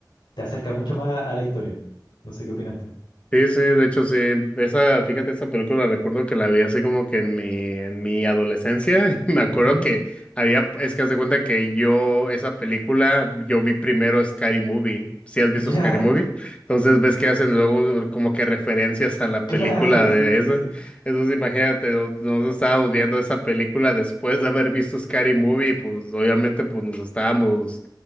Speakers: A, on the left; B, on the left.
A: te acerca mucho más a la historia. No sé qué opinas tú.
B: Sí, sí, de hecho sí, esa, fíjate, esa película recuerdo que la vi así como que en mi, en mi adolescencia, <laughs> y me acuerdo
A: Ujú.
B: que había, es que haz de cuenta que yo, esa película, yo vi primero Scary Movie, si has visto
A: Ya,
B: Scary Movie, entonces ves que hacen luego como que referencias
A: <laughs>
B: a la
A: claro,
B: película
A: sí,
B: de
A: sí,
B: eso,
A: sí.
B: entonces imagínate, no- nosotros estábamos viendo esa película después de haber visto Scary Movie, pues obviamente pues nos estábamos